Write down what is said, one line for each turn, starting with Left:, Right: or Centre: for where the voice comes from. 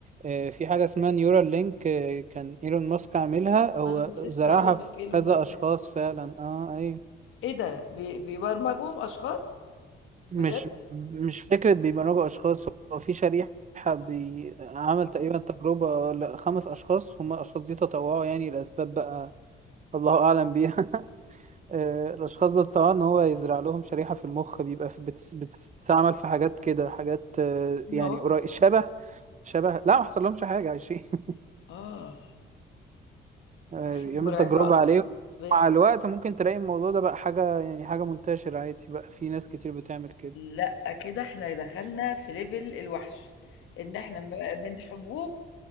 Right: آه، في حاجة اسمها نيورال لينك آه، كان ايلون ماسك عاملها هو
Left: انا كنت
Right: زرعها
Left: لسه هقول
Right: في
Left: لك ايلون
Right: كذا
Left: ماسك
Right: اشخاص
Left: دي
Right: فعلا اه اي
Left: ايه ده بي- بيبرمجهم اشخاص
Right: مش
Left: بجد
Right: مش فكرة بيبرمجوا اشخاص هو في شريحة بي... عمل تقريبا تجربة لخمس اشخاص هم الاشخاص دي تطوعوا يعني لاسباب بقى الله اعلم بيها آه، الأشخاص دول طبعا إن هو يزرع لهم شريحة في المخ بيبقى في بتس بتستعمل في حاجات كده حاجات آه،
Left: هم
Right: يعني
Left: وافقوا
Right: قريب شبه شبه لا ما حصل لهمش حاجة عايشين <laughs>
Left: اه
Right: آه، بيعمل
Left: حاجة مرعبة
Right: تجربة
Left: اصلا
Right: عليهم
Left: بالنسبة
Right: مع
Left: لي
Right: الوقت ممكن تلاقي الموضوع ده بقى حاجة يعني حاجة منتشرة عادي بقى في ناس كتير بتعمل كده
Left: لا كده احنا دخلنا في ليفل الوحش ان احنا م- من حبوب